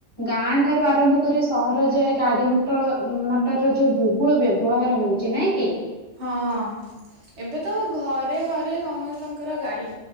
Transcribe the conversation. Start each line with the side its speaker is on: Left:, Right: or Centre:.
Left: ଗାଁ ଠାରୁ ଆରମ୍ଭ କରି ସହର ଯାଏ ଗାଡି ମଟଳ ମଟର ର ଯୋଉ ବହୁଳ ବ୍ୟବହାର ହେଉ ଚି ନାଇଁ କି।
Right: ହଁ। ଏବେ ତ ଘରେ ଘରେ ସମସ୍ତଙ୍କର ଗାଡି।